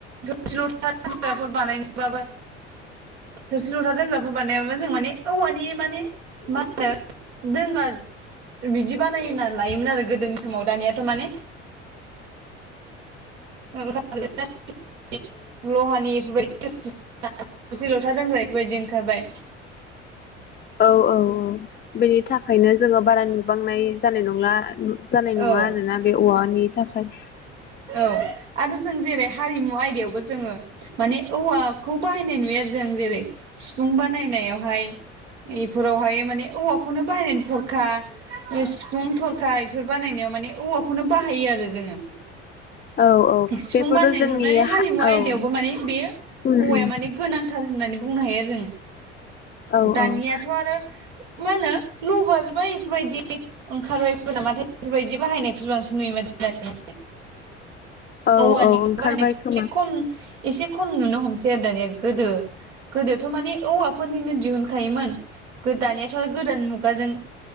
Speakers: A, on the right; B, on the left.
A: थोरसि लथाफोर बानाय <unintelligible> थोरसि लथा दोंग्राफोर बानायाबो जों माने औवानि माने मा होनो दोनग्रा बिदि बानाय होनना लायोमोन आरो गोदोनि समाव दानियाथ' माने लहानि बेफोरबायदि <unintelligible> सि लथा दोनग्रा बेफोरबायदि ओंखारबाय
B: औ औ औ बेनि थाखायनो जोङो बारा नुबांनाय जानाय नंला जानाय
A: औ
B: नङा आरोना बे औवानि थाखाय
A: औ आरो जों जेरै हारिमु आयदायावबो जोङो माने औवाखौ बाहायनाय नुयो आरो जों जेरै सिफुं बानायनायावहाय इफोरावहाय माने औवाखौनो बाहायनाय थरखा सिफुं थरखा इफोर बानायनायाव माने औवाखौनो बाहायो आरो जोङो।
B: औ औ
A: सिफुं
B: बेफोरथ'
A: बानायनाय
B: जोंनि
A: ननानै हारिमु
B: हा औ
A: आयदायावबो
B: उम
A: माने बेयो
B: उम
A: औवाया माने गोनांथार होननानै बुंनो हायो आरो जोङो।
B: औ
A: दानियाथ'
B: औ
A: आरो मा होनो लबार बा इफोरबायदि ओंखारबायबो नामाथाय इफोरबायदि बाहायनायखौसो बांसिन नुयो माथो दानियालाय।
B: औ
A: औवानिखौ
B: औ ओंखारबाय
A: बाहायनायखौ
B: खोमा
A: इसे खम एसे खम नुनो हमसै आरो दानिया गोदो, गोदोथ' माने औवाफोरनिनो दिहुनखायोमोन दानियाथ' आरो गोदान मुगाजों